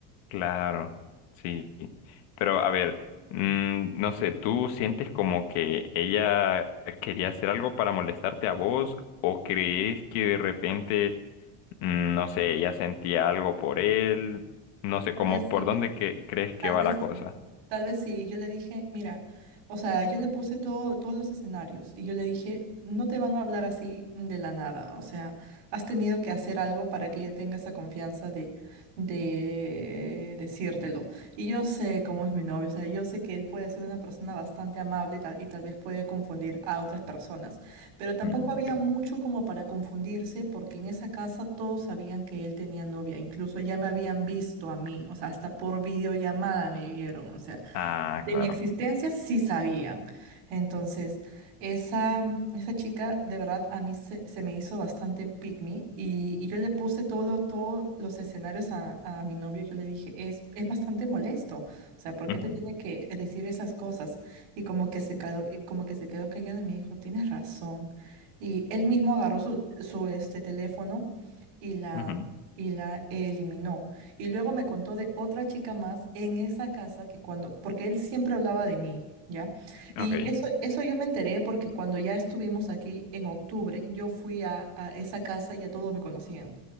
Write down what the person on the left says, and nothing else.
claro, sí. Pero a ver, mm, no sé, ¿tú sientes como que ella quería hacer algo para molestarte a vos o crees que de repente, mm, no sé, ella sentía algo por él? No sé,
como
por
dónde que- crees que
va
la cosa.
Mm,
ok.
Ah,
claro.
Ujú,
ujú,
ok.